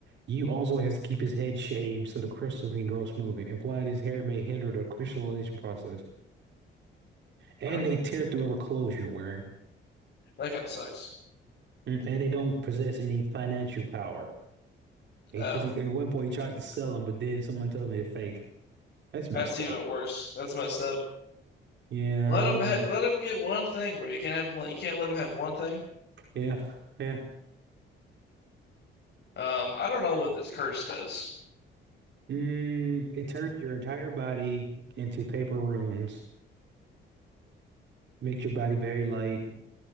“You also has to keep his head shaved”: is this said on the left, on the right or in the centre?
Right